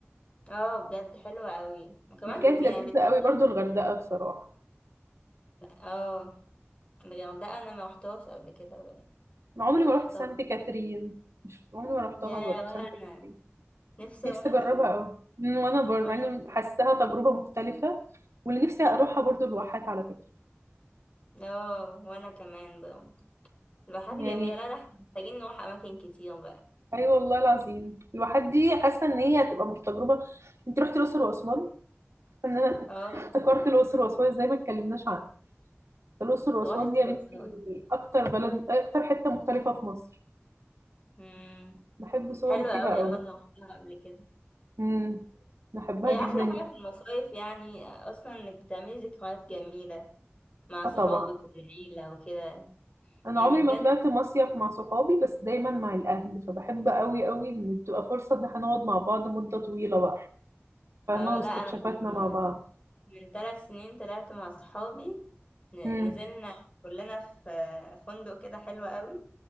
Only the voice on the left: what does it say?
اه بجد حلوة قوي وكمان
يعني بتوفر
اه الغردقة انا ما رحتهاش قبل كده
ولا
رحتها
يا
ولا
انا
نفسي
اروح
قوي
وانا
كمان
اه وانا كمان برضه الواحات
جميله لا لا احنا محتاجين نروح اماكن كتير بقى
اه
رحت
الاقصر
امم
حلوه
قوي
اه انا رحتها قبل كده
هي
احلى
حاجه في المصايف يعني اصلا انك بتعملي ذكريات جميله مع
اصحابك
والعيله وكده
يعني
بجد
اه
لا انا من
من ثلاث سنين طلعت مع اصحابي ن-
نزلنا كلنا في فندق كده حلو قوي